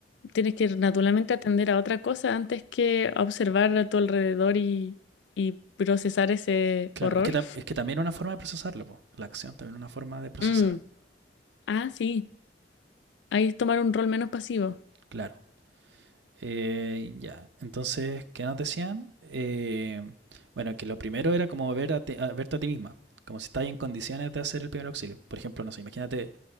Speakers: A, on the left; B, on the right.
A: tienes que naturalmente atender a otra cosa antes que a observar a tu alrededor y, y procesar ese
B: Claro,
A: horror.
B: es que, tam- es que también es una forma de procesarlo, po. la acción también es una forma de procesar,
A: Mm, Ah, sí, ahí es tomar un rol menos pasivo,
B: claro. Eh, ya, entonces, ¿qué nos decían? Eh, bueno, que lo primero era como ver a a- verte a ti misma, como si estás en condiciones de hacer el primer auxilio. Por ejemplo, no sé, imagínate